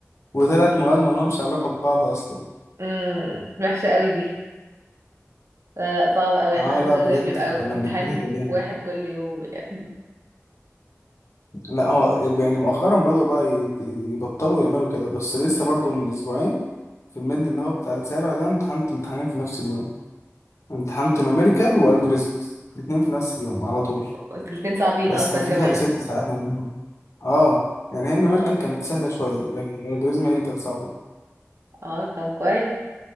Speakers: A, on the left (about 65°); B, on the right (about 65°).
A: وثلاث مواد ما لهمش علاقه ببعض اصلا
B: امم وحشة قوي دي لا لا صعبة قوي
A: اه
B: احنا الحمد
A: لا بجد
B: لله بيبقى
A: فكنا
B: امتحان
A: بنتبهدل يعني
B: واحد كل يوم يعني
A: لا هو يعني مؤخرا بدأوا بقى يت- يبطلوا يعملوا كده بس لسه برضو من اسبوعين في الميد اللي هو بتاع السابع ده امتحنت امتحانين في نفس اليوم امتحنت نوميريكال والجوريزمز الاتنين في نفس اليوم على طول
B: بس الاتنين صعبين
A: بس
B: اصلا
A: كان في
B: كمان
A: فرق ست ساعات ما بينهم اه يعني هي النوميريكال
B: اه
A: كانت سهلة شوية لكن الالجوريزم هي اللي كانت صعبة
B: اه طب كويس